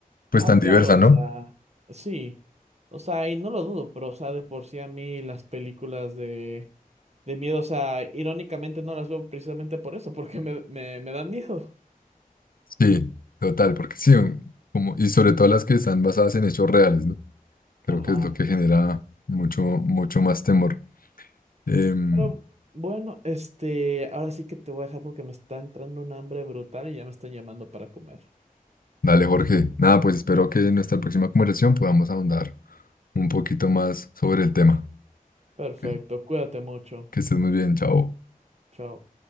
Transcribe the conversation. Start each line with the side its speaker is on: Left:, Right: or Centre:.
Left: pues
Right: Ah,
Left: tan
Right: claro,
Left: diversa,
Right: o
Left: ¿no?
Right: sea, sí. O sea, y no lo dudo, pero, o sea, de por sí a mí las películas de, de miedo, o sea, irónicamente no las veo precisamente por eso, <laughs> porque me, me, me dan miedo.
Left: Sí, total, porque sí, un- como, y sobre todo las que están basadas en hechos reales, ¿no? Creo
Right: Ajá.
Left: que es lo que genera mucho, mucho más temor. Em,
Right: Pero bueno, este, ahora sí que te voy a dejar porque me está entrando un hambre brutal y ya me están llamando para comer.
Left: dale, Jorge. Nada, pues espero que en nuestra próxima conversación podamos ahondar un poquito más sobre el tema.
Right: Perfecto,
Left: Que
Right: cuídate mucho.
Left: que estés muy bien, chao.
Right: Chao.